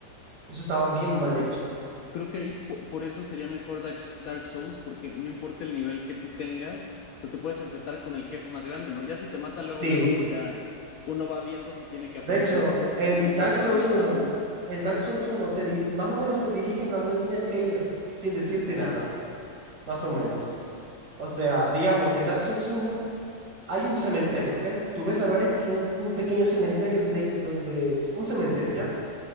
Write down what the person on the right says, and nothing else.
eso estaba bien mal
hecho.
Sí,
De hecho,
en
Dark
Souls
uno
en Dark Souls uno te di- más o menos te dirigen a dónde tienes que ir sin decirte nada, más o menos. O sea, digamos, en Dark Souls uno hay un cementerio, ¿ok? Tú ves a lo lejos un, un pequeño cementerio donde hay, donde, un cementerio, ¿ya?